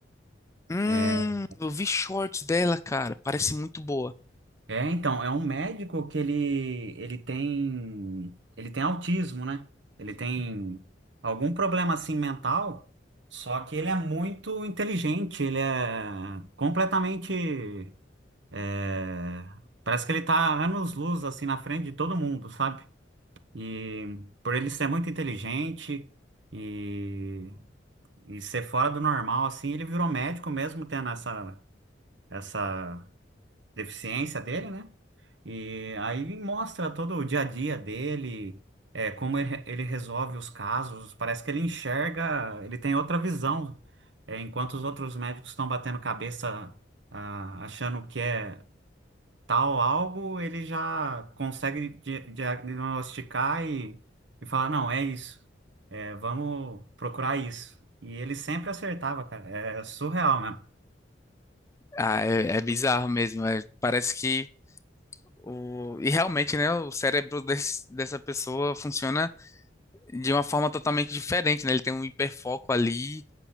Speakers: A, on the left; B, on the right.
A: Hum,
B: É,
A: eu vi shorts dela, cara. Parece muito boa.
B: é, então, é um médico que ele, ele tem, ele tem autismo, né? Ele tem algum problema assim mental, só que ele é muito inteligente, ele é completamente, é, parece que ele tá anos-luz assim na frente de todo mundo, sabe? E por ele ser muito inteligente e, e ser fora do normal, assim, ele virou médico mesmo tendo essa, essa deficiência dele, né? E aí mostra todo o dia a dia dele, é, como ele, ele resolve os casos. Parece que ele enxerga, ele tem outra visão, é, enquanto os outros médicos estão batendo cabeça, ah, achando que é tal algo, ele já consegue di- diagnosticar e, e falar, não, é isso. É, vamos procurar isso. E ele sempre acertava, cara. É surreal mesmo.
A: Ah, é, é bizarro mesmo. é- parece que o... E realmente, né, o cérebro desse- dessa pessoa funciona de uma forma totalmente diferente, né? Ele tem um hiperfoco ali